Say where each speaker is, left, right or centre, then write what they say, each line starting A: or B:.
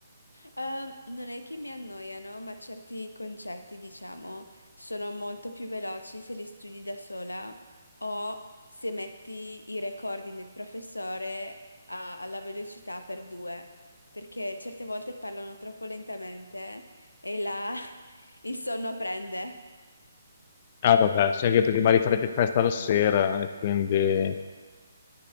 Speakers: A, on the left (about 85°); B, on the left (about 35°).
A: Ehm, non è che mi annoiano, ma certi concetti, diciamo, sono molto più veloci se li studi da sola o se metti i recording del professore a- alla velocità per due, perché certe volte parlano troppo lentamente e là <laughs> il sonno prende.
B: Ah, vabbè, sì, anche perché magari farete festa la sera e quindi...